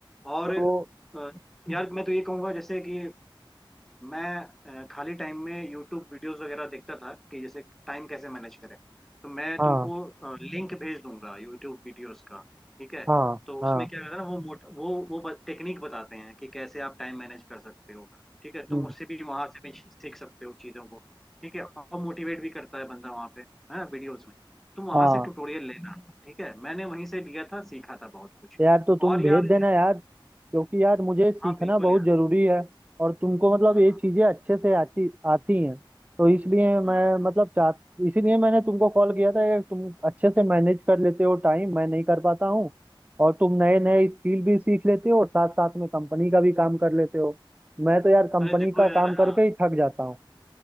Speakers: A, in the centre; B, on the right.
A: और
B: तो
A: अ, यार मैं तो ये कहूंगा जैसे कि मैं अ, खाली टाइम में यूट्यूब वीडियोस वगैरह देखता था कि जैसे टाइम कैसे मैनेज करें तो मैं
B: हाँ
A: तुमको लिंक भेज दूंगा यूट्यूब वीडियोस का ठीक है
B: हाँ
A: तो उसमें
B: हाँ
A: क्या रहता है ना वो मोट वो वो टेक्निक बताते हैं कि कैसे आप टाइम मैनेज कर सकते हो ठीक है तुम
B: हम्म,
A: उससे भी वहां से भी सीख सकते हो चीज़ों को ठीक है और मोटिवेट भी करता है बंदा वहाँ पे है ना वीडियोज में तुम वहां
B: हाँ
A: से ट्यूटोरियल लेना ठीक है मैंने वहीं से लिया था सीखा था बहुत कुछ
B: यार तो तुम
A: और
B: भेज
A: यार
B: देना यार क्योंकि यार मुझे सीखना
A: हाँ बिल्कुल
B: बहुत
A: यार
B: जरूरी है और तुमको मतलब
A: हम्म
B: ये
A: हम्म
B: चीजें अच्छे से आती आती हैं तो इसलिए मैं
A: हम्म हम्म, हम्म।
B: मतलब चाह इसीलिए मैंने तुमको कॉल किया था कि तुम अच्छे से मैनेज कर लेते हो टाइम मैं नहीं कर पाता हूँ और तुम नए नए स्किल भी सीख लेते हो और साथ साथ में कंपनी का भी काम कर लेते हो मैं तो यार कंपनी
A: अरे देखो
B: का
A: यार
B: काम करके
A: हाँ
B: ही थक जाता हूँ